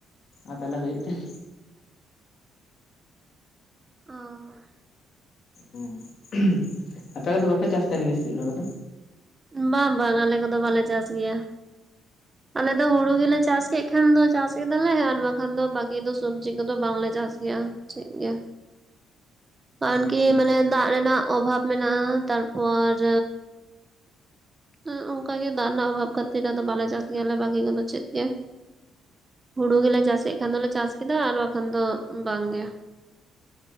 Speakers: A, on the left; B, on the right.
A: ᱟᱨ ᱛᱟᱞᱦᱮ ᱦᱩᱭᱩᱜ ᱛᱮ?
B: ᱚᱸᱻ
A: ᱩ ᱩᱸᱦ ᱟᱯᱮ ᱠᱚᱫᱚ ᱵᱟᱯᱮ ᱪᱟᱥ ᱛᱟᱦᱮᱸᱱ ᱜᱮᱭᱟ ᱥᱮᱪᱮᱫ ᱚᱱᱟ ᱠᱚᱫᱚ?
B: ᱵᱟᱝ-ᱵᱟᱝ ᱟᱞᱮ ᱠᱚᱫᱚ ᱵᱟᱞᱮ ᱪᱟᱥ ᱜᱮᱭᱟ ᱟᱞᱮ ᱫᱚ ᱦᱩᱲᱩ ᱜᱮᱞᱮ ᱪᱟᱥᱼᱼ ᱪᱮᱫ ᱠᱷᱟᱱ ᱫᱚ ᱪᱟᱥ ᱠᱮᱫᱟᱞᱮ ᱟᱨ ᱵᱟᱠᱷᱟᱱ ᱫᱚ ᱵᱟᱠᱤ ᱫᱚ ᱥᱚᱵᱽᱡᱤ ᱠᱚᱫᱚ ᱵᱟᱝᱞᱮ ᱪᱟᱥᱼᱼ ᱜᱮᱭᱟ ᱪᱮᱫ ᱜᱮᱼᱼ ᱯᱟᱱ
A: ᱟᱪᱪᱷᱟ
B: ᱠᱤ ᱢᱟᱱᱮ ᱫᱟᱜ ᱨᱮᱱᱟᱜ ᱚᱵᱷᱟᱵ ᱢᱮᱱᱟᱜ-ᱟ, ᱛᱟᱨᱯᱚᱨᱼᱼ ᱦᱮᱸ ᱚᱱᱠᱟᱜᱮ ᱫᱟᱜ ᱨᱮᱱᱟᱜ ᱚᱵᱷᱟᱵᱽ ᱠᱷᱟᱹᱛᱤᱨ ᱟᱫᱚ ᱵᱟᱞᱮ ᱪᱟᱥ ᱜᱮᱭᱟᱞᱮ ᱵᱟᱠᱤ ᱠᱚᱫᱚ ᱪᱮᱫ ᱜᱮ, ᱦᱩᱲᱩ ᱜᱮᱞᱮ ᱪᱟᱥᱠᱮᱜ ᱠᱷᱟᱱ ᱫᱚᱞᱮ ᱪᱟᱥ ᱠᱮᱫᱟ ᱟᱨ ᱵᱟᱠᱷᱟᱱ ᱫᱚ ᱵᱟᱝ ᱜᱮ᱾